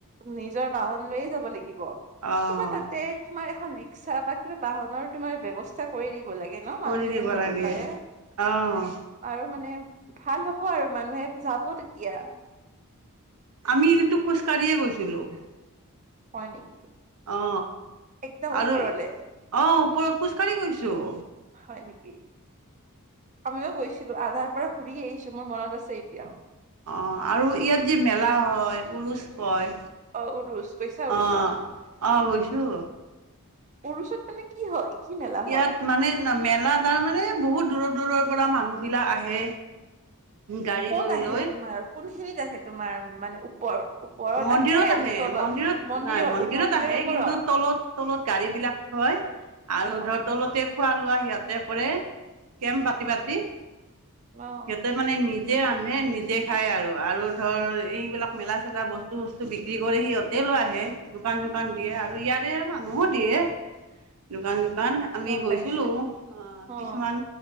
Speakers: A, on the right; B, on the right.
A: নিজৰ বাহন লৈয়ে যাব লাগিব।
B: অ',
A: তোমাৰ তাতে তোমাৰ এখন ৰিক্সা বা কিবা বাহনৰ তোমাৰ ব্যৱস্থা কৰি দিব লাগে ন
B: কৰি
A: মানুহ এজন
B: দিব
A: যাব
B: লাগে।
A: পাৰে।
B: অ',
A: আৰু মানে ভাল হ'ব আৰু মানুহে যাব তেতিয়া।
B: আমি কিন্তু খোজ কাঢ়িয়ে গৈছিলোঁ।
A: হয় নেকি?
B: অ
A: একদম ওপৰলে
B: আৰু অ ওপৰত খোজকাঢ়ি গৈছোঁ।
A: হয় নেকি আমিও গৈছিলোঁ আধাৰ পৰা ঘূৰি আহিছোঁ মোৰ মনত আছে এতিয়াওঁ।
B: অ আৰু ইয়াত যি মেলা হয় উৰুচ কয়।
A: অ উৰুচ গৈছা উৰুচত
B: অ আহ গৈছোঁ।
A: উৰুচাত মানে কি হয় কি মেলা
B: ইয়াত
A: হয়?
B: মানে মেলা তাৰমানে বহুত দূৰৰ দূৰৰ পৰা মানুহবিলাক আহে। গাড়ী
A: ক'ত
B: লৈ
A: আহে
B: লৈ
A: তোমাৰ কোনখিনিত আহে তোমাৰ মানে ওপৰত?
B: মন্দিৰত আহে
A: নে তলত?
B: মন্দিৰত
A: মন্দিৰৰ
B: নাই মন্দিৰত
A: মন্দিৰৰ
B: আহে
A: ওপৰত
B: কিন্তু তলত তলত গাড়ী বিলাক থয় আৰু
A: অ
B: ধৰ তলতেই খোৱা লোৱা সিহঁতে কৰে কেম্প পাতি পাতি।
A: অঁ।
B: সিহঁতে মানে নিজে ৰান্ধে নিজেই খায় আৰু আৰু ধৰ এইবিলাক মেলা চেলা বস্তু বস্তু বস্তু বিক্ৰী কৰে সিহঁতে লৈ আহে দোকান চোকান দিয়ে আৰু ইয়াৰে মানুহো দিয়ে। দোকান চোকান আমি
A: গম
B: গৈছিলোঁ
A: পাইছো অ
B: কিছুমান